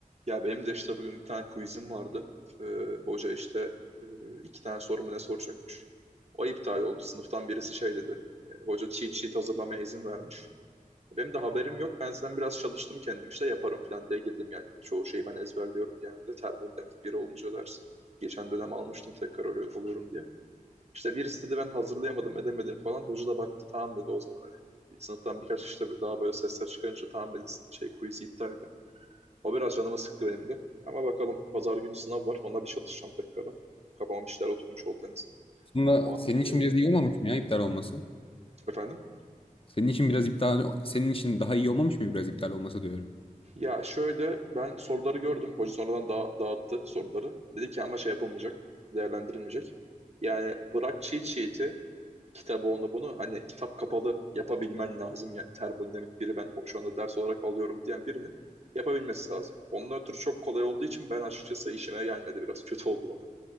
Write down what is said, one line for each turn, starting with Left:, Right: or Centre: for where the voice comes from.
Right: Ya benim de işte bugün bir tane quizim vardı. Ee, hoca işte e, iki tane sorumu ne soracakmış. O iptal oldu. Sınıftan birisi şey dedi. E, hoca cheat sheet hazırlamaya izin vermiş. Benim de haberim yok. Ben zaten biraz çalıştım kendim işte yaparım falan diye girdim yani. Çoğu şeyi ben ezberliyorum genelde. Termodinamik biri olunca ders. Geçen dönem almıştım tekrar oluyor- oluyorum diye. İşte birisi dedi ben hazırlayamadım edemedim falan. Hoca da baktı tamam dedi o zaman hani. Sınıftan birkaç kişi de daha böyle sesler çıkarınca tamam dedi şey quiz'i iptal edin o biraz canımı sıktı benim de. Ama bakalım pazar günü sınav var. Ona bir çatışacağım tekrardan. Kafama bir şeyler oturmuş oldu en azından.
Left: Aslında
Right: O anlamda
Left: senin için
Right: iyi oldu.
Left: biraz iyi olmamış mı ya iptal olması?
Right: Efendim?
Left: Senin için biraz iptal, senin için daha iyi olmamış mı biraz iptal olması diyorum.
Right: Ya şöyle ben soruları gördüm. Hoca sonradan da dağıttı soruları. Dedi ki ama şey yapılmayacak. Değerlendirilmeyecek. Yani bırak cheat sheet'i, kitabı onu bunu hani kitap kapalı yapabilmen lazım. Yani termodinamik biri ben şu anda ders olarak alıyorum diyen birinin yapabilmesi lazım. Onun ötürü çok kolay olduğu için ben açıkçası işime gelmedi. Biraz kötü oldu bana.